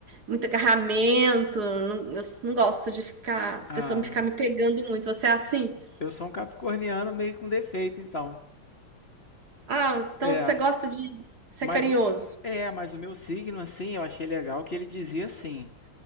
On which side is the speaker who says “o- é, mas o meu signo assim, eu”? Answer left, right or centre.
Left